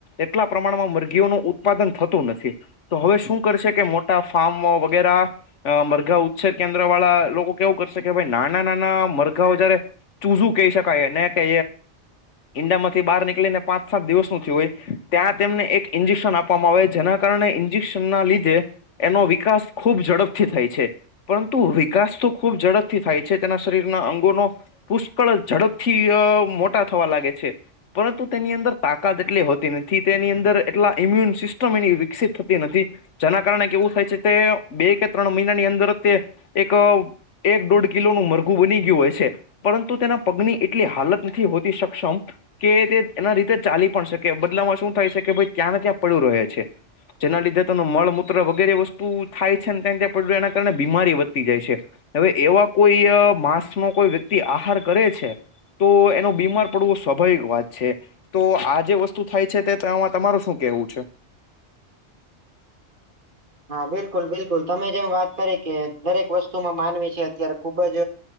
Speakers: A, on the left; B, on the right.
A: એટલા પ્રમાણમાં મરઘીઓનું ઉત્પાદન થતું નથી તો હવે શું કરશે કે મોટા ફાર્મો વગેરે અ મરઘા ઉચ્છેર કેન્દ્ર વાળા લોકો કેવું કરશે કે ભાઈ નાના નાના મરઘાઓ જયારે તું શું કહી શકાય ને કે ઈંડા માંથી બહાર નીકળીને પાંચ સાત દિવસ નથી હોય ત્યાં તેમને એક ઇન્જેક્શન આપ આપવામાં આવે જેના કારણે ઇન્જેક્શન ના લીધે એનો વિકાસ ખૂબ ઝડપથી થાય છે પરંતુ વિકાસ તો ખૂબ ઝડપથી થાય છે તેના શરીરના અંગોનો પુષ્કળ ઝડપ થી મોટા થવા લાગે છે પરંતુ તેની અંદર તાકાત એટલી હોતી નથી તેની અંદર એટલા ઈમ્યુન સિસ્ટમ એની વિકસિત થતી નથી જેના કારણે કેવું થાય છે તે બે કે ત્રણ મહિનાની અંદર તે એક એક દોઢ કિલોનું મરઘું બની ગયું હોય છે પરંતુ તેના પગની એટલી હાલત નથી હોતી સક્ષમ કે તે એના રીતે ચાલી પણ શકે બદલામાં શું થાય છે કે ભાઈ ક્યાં ને ત્યાં પડું રહે છે જેના લીધે તનું મળ મૂત્ર વગેરે વસ્તુ થાય છે ને ત ત્યાં પડું એના કારણે બીમારી વધતી જાય છે હવે એવા કોઈ માંસ નો કોઈ વ્યક્તિ આહાર કરે છે તો એનો બીમાર પડવો સ્વાભાવિક વાત છે તો આ જે વસ્તુ થાય છે તે તમાર શું કેવું છે
B: હા બિલકુલ બિલકુલ તમે જેમ વાત કરી કે દરેક વસ્તુમાં માનવી છે અત્યારે ખુબ જ